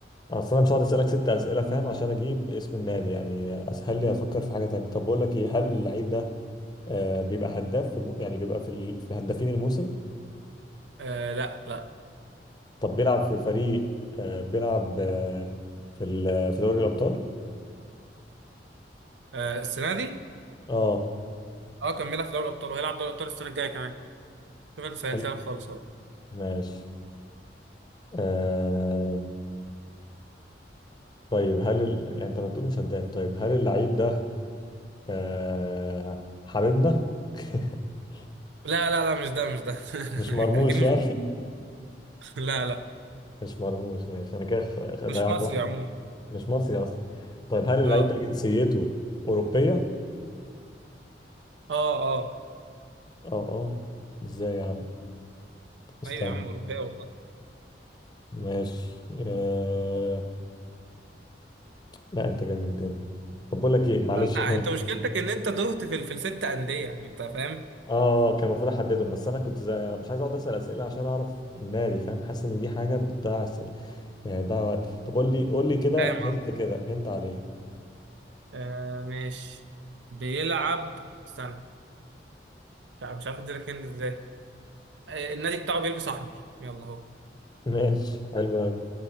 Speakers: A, on the left; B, on the right.
A: اصل انا مش هقعد اسالك ست اسئله فاهم عشان اجيب اسم النادي يعني اسهل لي افكر في حاجه تانية طب بقول لك ايه هل اللعيب ده آه، بيبقى هداف في الم... يعني بيبقى في ال... في هدافين الموسم
B: آه لا لا
A: طب بيلعب في فريق آه، بيلعب آه، في ال... في دوري الأبطال
B: آه السنه دي
A: اه
B: اه كان بيلعب في دوري الابطال وهيلعب دوري الابطال السنه الجايه كمان شوف انا سهلتها
A: حلو
B: لك خالص اهو
A: ماشي آه... طيب هل ال... يعني انت ما تقول مش هداف طيب هل اللعيب ده آه... حبيبنا <laughs>
B: لا لا لا مش ده مش ده
A: مش
B: <laughs>
A: مرموش
B: اكيد مش
A: يعني
B: لا لا
A: <laughs> مش مرموش ماشي انا كده خ- خ- ضيعت
B: مش مصري
A: واحد
B: عموما
A: مش مصري اصلا طيب هل اللعيب
B: اه
A: ده جنسيته أوروبية
B: اه اه
A: اه اه ازاي يا عم استنى
B: ايوه يا عم اوروبيه والله
A: ماشي آه... لا انت جننتني طب بقول لك ايه معلش
B: ما انت انت
A: هند
B: مشكلتك ان انت تهت في ال- في الست انديه يعني انت فاهم
A: اه كان المفروض احددهم بس انا كنت زي مش عايز اقعد اسال اسئله عشان اعرف النادي فاهم حاسس ان دي حاجه بتضيع س- يعني بتضيع وقت طب قول لي قول لي كده
B: فاهم
A: هنت
B: قصدي
A: كده هنت عليه
B: آه ماشي بيلعب استنى مش عارف مش عارف اديلك هند ازاي آه النادي بتاعه بيلبس احمر يلا اهو
A: <laughs> ماشي حلو قوي